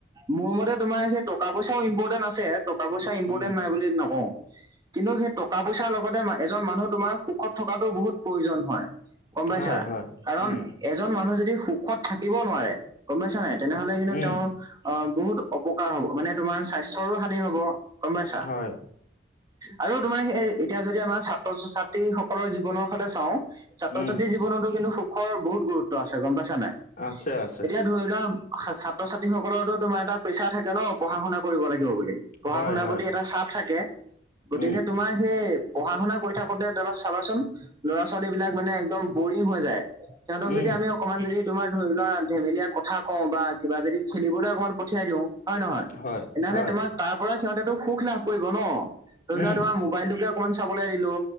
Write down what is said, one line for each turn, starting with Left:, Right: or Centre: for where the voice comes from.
Right: মোৰ মতে তোমাৰ সেই টকা - পইচাও ইম্পৰ্টেন্ট আছে। টকা - পইচা ইম্পৰ্টেণ্ট
Left: উম,
Right: নাই বুলি নকও কিন্তু সেই টকা - পইচাৰ লগতে এজন মানুহ তোমাৰ সুখত থকাটো বহুত প্ৰয়োজন হয় গম পাইছা?
Left: হয়, হয়।
Right: কাৰণ
Left: উম,
Right: এজন মানুহ যদি সুখত থাকিব নোৱাৰে গম পাইছা নাই তেনেহলে কিন্তু
Left: উম,
Right: তেওঁৰ অ, বহুত অপকাৰ হব মানে তোমাৰ স্বাস্থ্যৰো হানি হব গম পাইছা?
Left: হয়,
Right: আৰু তোমাৰ সেই এতিয়া যদি আমাৰ ছাত্ৰ- ছাত্ৰীসকলৰ জীৱনৰ ফালে চাও ছাত্ৰ
Left: উম,
Right: - ছাত্ৰী জীৱনতো কিন্তু সুখৰ বহুত গুৰুত্ব আছে গম পাইছা নাই?
Left: আছে, আছে।
Right: এতিয়া ধৰি লোৱা ছাত্ৰ - ছাত্ৰীসকলৰো তোমাৰ এটা প্ৰেছাৰ থাকে ন পঢ়া - শুনা কৰিব লাগিব বুলি। পঢ়া
Left: হয়,
Right: - শুনাৰ
Left: হয়।
Right: প্ৰতি এটা চাপ থাকে, গতিকে
Left: উম,
Right: তোমাৰ সেই পঢ়া - শুনা কৰি থাকোতে এবাৰ চাবাচোন, ল'ৰা - ছোৱালীবিলাক মানে একদম বৰিং হৈ যায়, সিহঁতক
Left: উম,
Right: যদি আমি অকমান যদি তোমাৰ ধৰি লোৱা ধেমেলীয়া কথা কও, বা কিবা যদি খেলিবলৈ অকমান পঠিয়াই দিও। হয় নহয়
Left: হয়,
Right: তেনেহলে
Left: হয়।
Right: তোমাক তাৰ পৰা সিহঁতে সুখ লাভ কৰিব ন। ধৰি
Left: উম,
Right: লোৱা তোমাৰ মোবাইলটোকে অকনমান চাবলৈ দিলো